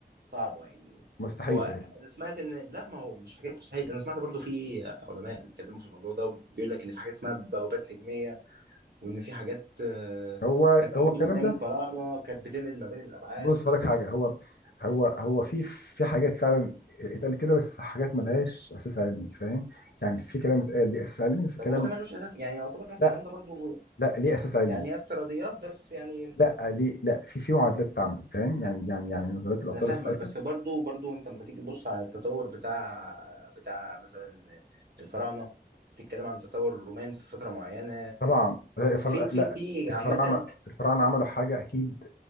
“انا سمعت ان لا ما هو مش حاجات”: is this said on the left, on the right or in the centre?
Right